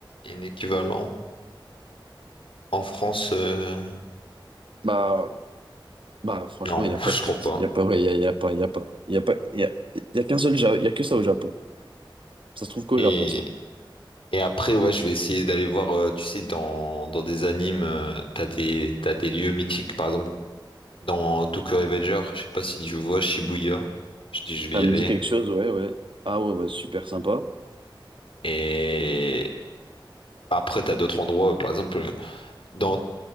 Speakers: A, on the left (about 80°); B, on the right (about 75°).
A: une- un équivalent? En France, euh,
B: Bah, bah franchement,
A: non,
B: il n'y
A: <laughs>
B: a pas
A: je
B: de quartier.
A: crois pas.
B: Il n'y a pas, ouais, il y a, il y a pas, il y a pas. Il y a pas, il y a, il y a qu'un seul, Ja- il y a que ça au Japon. Ça se trouve qu'au
A: Et,
B: Japon, ça.
A: et après, ouais, je vais essayer d'aller voir, euh, tu sais, dans, dans des animes, euh, t'as des, t'as des lieux mythiques. Par exemple, dans Tokyo Revenger, je sais pas si je vois Shibuya, je dis je vais
B: Ça
A: y
B: me
A: aller.
B: dit quelque chose, ouais, ouais. Ah ouais, bah super sympa.
A: Et après, t'as d'autres endroits, par exemple, dans